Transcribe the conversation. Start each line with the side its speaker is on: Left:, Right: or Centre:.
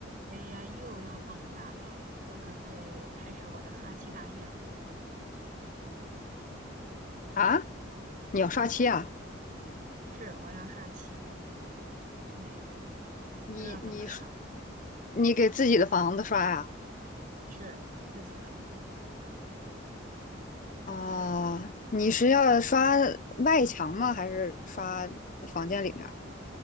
Right: 哎呀，又要放假了，我准备开始我的刷漆大业了。
Left: 啊，你要刷漆啊？
Right: 是，我要刷漆，哎，不知道怎么刷，
Left: 你你刷你给自己的房子刷呀、
Right: 是自己的。
Left: 啊？你是要刷外墙吗？还是刷房间里面儿？